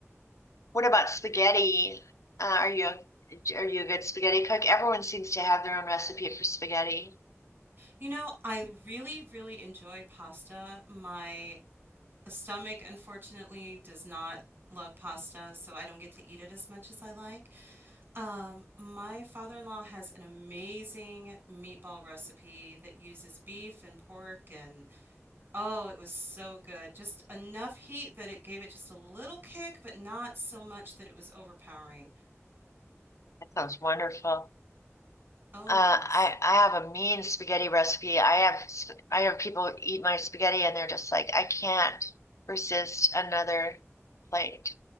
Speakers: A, on the left (about 80°); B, on the right (about 40°).
A: what about spaghetti? Uh, are you a, are you a good spaghetti cook? Everyone seems to have their own recipe for spaghetti.
B: You know, I really, really enjoy pasta. My A stomach, unfortunately, does not love pasta, so I don't get to eat it as much as I like. Um, my father-in-law has an amazing meatball recipe that uses beef and pork, and oh, it was so good. Just enough heat that it gave it just a little kick, but not so much that it was overpowering.
A: That sounds wonderful.
B: Oh,
A: Uh,
B: yes.
A: I I have a mean spaghetti recipe. I have sp- I have people eat my spaghetti and they're just like, I can't resist another plate